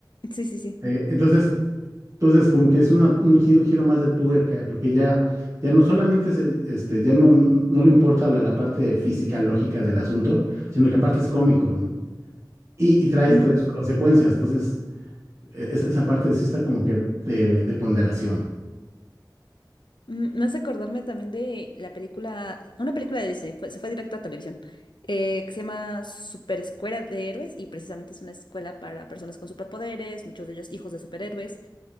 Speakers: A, on the left; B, on the right.
A: sí, sí, sí.
B: Eh, entonces, entonces como que es una- un giro, giro más de tuerca, porque ya, ya no solamente se- este, ya no, no no le importa la, la parte física, lógica del asunto, sino que aparte es cómico, ¿no? Y, y trae,
A: Mm,
B: trae sus consecuencias. Entonces, e- esa, esa parte sí está como que de de ponderación.
A: mm, me hace acordarme también de la película, una película de Disney, fue- se fue directo a televisión, eh, que se llama Super Escuela de Héroes y precisamente es una escuela para personas con superpoderes, muchos de ellos hijos de superhéroes.